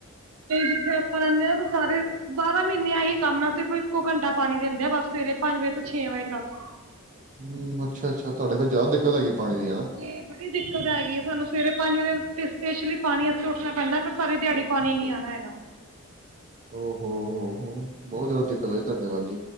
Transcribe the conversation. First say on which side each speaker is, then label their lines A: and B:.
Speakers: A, on the right; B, on the right.
A: ਤੇ ਜਿੱਥੇ ਆਪਾਂ ਰਹਿੰਦੇ ਹਾਂ ਤਾਂ ਸਾਰੇ, ਬਾਰਾਂ ਮਹੀਨਿਆਂ ਏਹੀ ਕੰਮ ਆ ਸਿਰਫ ਇੱਕੋ ਘੰਟਾ ਪਾਣੀ ਦਿੰਦੇ ਆ ਬਸ ਫਿਰ ਸਵੇਰੇ ਪੰਜ ਵਜੇ ਤੋਂ ਛੇ ਵਜੇ ਤੱਕ।
B: ਹੂੰ, ਅੱਛਾ-ਅੱਛਾ, ਤੁਹਾਡੇ ਫੇਰ ਜ਼ਿਆਦਾ ਦਿੱਕਤ ਹੈਗੀ। ਪਾਣੀ ਦੀ ਹਨਾ
A: ਜੀ ਬੜੀ ਦਿੱਕਤ ਹੈਗੀਈ ਹੈ। ਸਾਨੂੰ ਸਵੇਰੇ ਪੰਜ ਵਜੇ ਸਪਸ਼ਲੀ ਪਾਣੀ ਵਾਸਤੇ ਉੱਠਣਾ ਪੈਂਦਾ ਫਿਰ ਸਾਰੀ ਦਿਹਾੜੀ ਪਾਣੀ ਨੀ ਆਣਾ ਹੈਗਾ।
B: ਹੋ-ਹੋ, ਹੋ-ਹੋ ਬਹੁਤ ਜ਼ਿਆਦਾ ਦਿੱਕਤ ਆਈ ਤੁਹਾਡੇ ਵੱਲ ਦੀ।